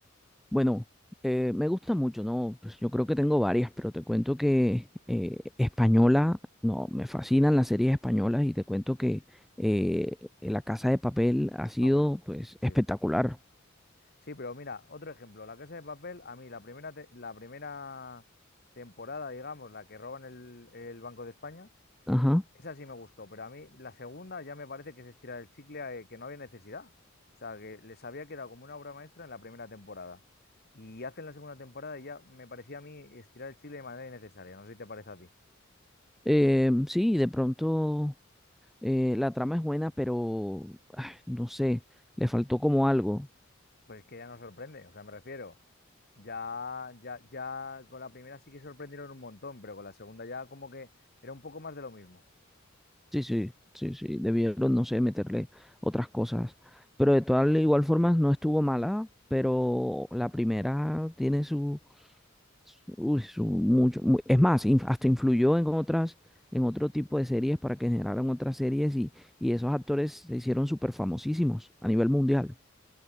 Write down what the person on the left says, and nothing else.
Ah, bueno,
sí.
Sí, pero mira, otro ejemplo, La Casa de Papel, a mí la primera, te- la primera temporada, digamos, la que roban el, el Banco de España,
esa sí me gustó, pero a mí la segunda ya me parece que se estira el chicle, eh, que no había necesidad. O sea, que les había quedado como una obra maestra en la primera temporada. Y hacen la segunda temporada y ya me parecía a mí estirar el chicle de manera innecesaria, no sé si te parece a ti.
Pues es que ya no sorprende, o sea, me refiero, ya, ya, ya con la primera sí que sorprendieron un montón, pero con la segunda ya como que era un poco más de lo mismo.